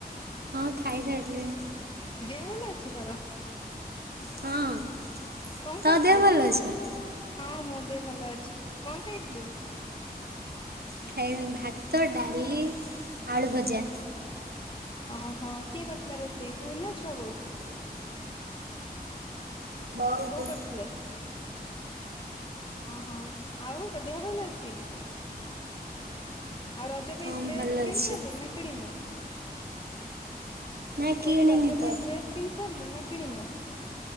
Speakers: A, on the right; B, on the left.
A: ହଁ ଖାଇ ସାଇଲିଣି।
B: ଦେହ ଭଲ ଅଛି ତର?
A: ହଁ
B: କଣ
A: ତୋ
B: ଖାଇଥିଲୁ
A: ଦେହ ଭଲ ଅଛି ନା?
B: ହଁ ମୋ ଦେହ ଭଲ ଅଛି। କ ଣ ଖାଇଥିଲୁ।
A: ଖାଇନ ଭାତ ଡାଲି ଆଳୁଭଜା।
B: ଓହୋ କିଏ କରିଥିଲା ରୋଷେଇ ତୁ ନା ଛୁଆ ବୋଉ।
A: ହଁ
B: ବୋଉ କରିଥିଲେ। ଓହୋ ଆଉ ତୋ ଦେହଭଲ ଅଛି। ଆଉ ରଜ ପାଇଁ
A: ହଁ
B: ଡ୍ରେସ୍
A: ଭଲ
B: କିଣିସାରିଲୁଣି
A: ଅଛି
B: ନା କିଣିନୁ।
A: ନା
B: ମୁଁ କହିଲି
A: କିଣିନି
B: ରଜ ପାଇଁ
A: ତ
B: ଡ୍ରେସ୍ କିିଣିି ସାରିଲୁଣି ନା କିଣିନୁ।